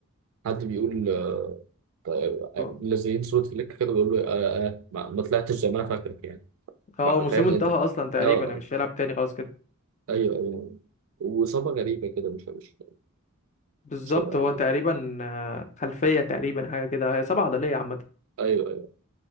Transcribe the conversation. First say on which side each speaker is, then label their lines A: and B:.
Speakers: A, on the right; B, on the left.
A: حد بيقول آه، طيب،
B: اه
A: منزلين صورة فليك كده بيقول له آه آه ما ما طلعتش زي ما أنا فاكرك يعني
B: آه،
A: بقى
B: موسمه
A: فاهم
B: انتهى
A: أنت
B: اصلا تقريبا
A: اه
B: انا مش هيلعب تاني خلاص كده
A: ايوه ايوه وإصابة غريبة كده مش مش
B: بالظبط
A: مش طبيعية
B: هو تقريبا آه، خلفيه تقريبا حاجه كده هي سبعه عضليه عامه
A: ايوه ايوه